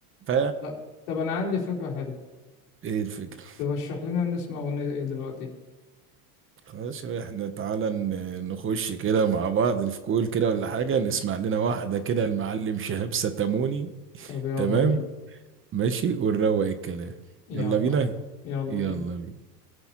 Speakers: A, on the right; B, on the left.
A: ف
B: لا طب أنا عندي فكرة حلوة
A: ايه الفكرة
B: ترشح لنا نسمع أغنية إيه دلوقتي
A: خلاص يا باشا، احنا تعالى ن- نخش كده مع بعض في كول كده ولا حاجة نسمع لنا واحدة كده المعلم شهاب ستاموني
B: طب يلا
A: تمام
B: بينا
A: ماشي ونروق الكلام
B: يلا
A: يلا بينا
B: يلا
A: يلا
B: بينا
A: بينا